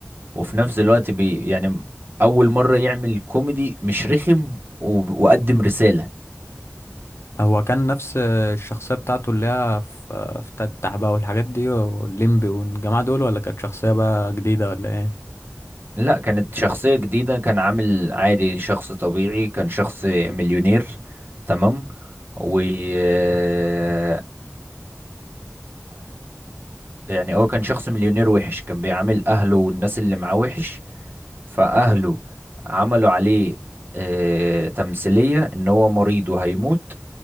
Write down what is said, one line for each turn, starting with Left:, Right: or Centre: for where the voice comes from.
Right: وفي نفس الوقت بي يعني اول مرة يعمل كوميدي مش رخم و- وقدم رسالة
Left: هو كان نفس الشخصيه بتاعته اللي هي في في تتح بقى والحاجات دي والليمبي والجماعه دول ولا كانت شخصيه بقى جديده ولا ايه
Right: لا كانت شخصية جديدة كان عامل عادي شخص طبيعي كان شخص مليونير تمام وأهله يعني هو كان شخص مليونير وحش كان بيعامل أهله والناس اللي معاه وحش فأهله عملوا عليه آه، تمثيلية إن هو مريض وهيموت